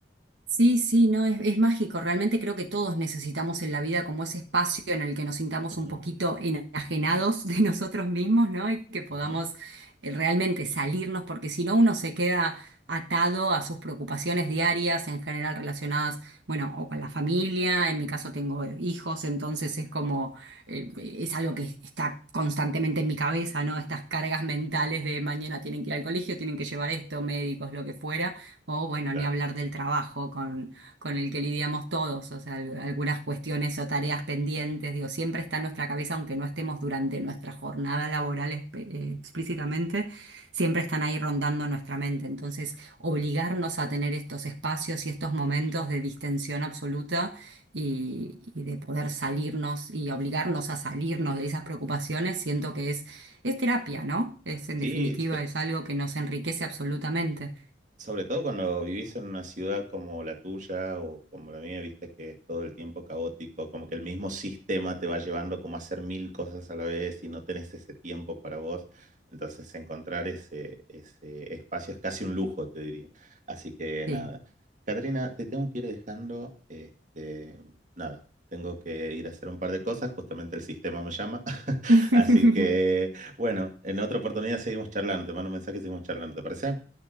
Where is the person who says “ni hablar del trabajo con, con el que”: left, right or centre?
Right